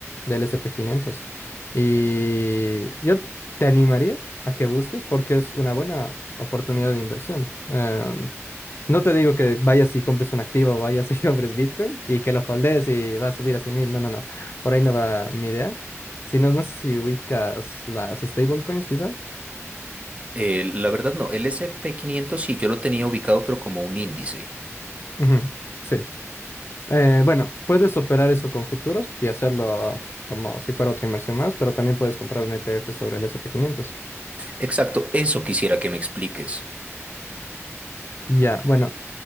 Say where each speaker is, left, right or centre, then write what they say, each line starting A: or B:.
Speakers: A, on the left (about 50°); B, on the right (about 25°).
A: del S and p quinientos Y yo te animaría a que busques porque es una buena oportunidad de inversión. Em, no te digo que vayas y compres un activo, vayas y <laughs> compres Bitcoin y que lo holdes y va a subir a cien mil. No, no, no. Por ahí no va mi idea. Si no, no sé si ubicas las stablecoins, quizá.
B: Eh, la verdad no, el S&P quinientos sí, yo lo tenía ubicado, pero como un índice.
A: Ujú, Sí. Eh, bueno, puedes operar eso con futuros y hacerlo como si fuera otra inversión más, pero también puedes comprar un ETF sobre el S&P 500.
B: Exacto, eso quisiera que me expliques.
A: Ya, bueno,